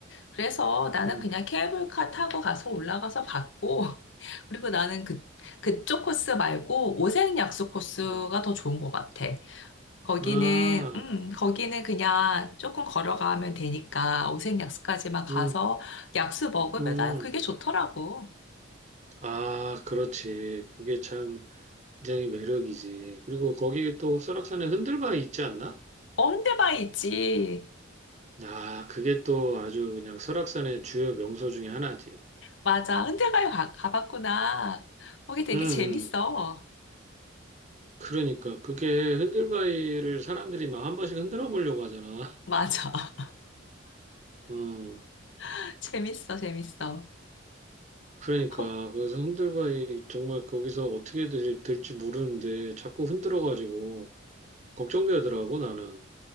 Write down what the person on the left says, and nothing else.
그래서 나는
그냥 케이블카 타고 가서 올라가서 봤고, <laughs> 그리고 나는 그, 그쪽 코스 말고 오색약수 코스가
더 좋은 것 같아. 거기는,
음, 거기는 그냥 조금 걸어가면 되니까 오색약수까지만 가서
약수 먹으면
난 그게 좋더라고.
어, 흔대바위 있지.
맞아. 흔대바위 가, 가봤구나. 거기 되게
재밌어.
맞아.
<laughs> 재밌어, 재밌어.
어,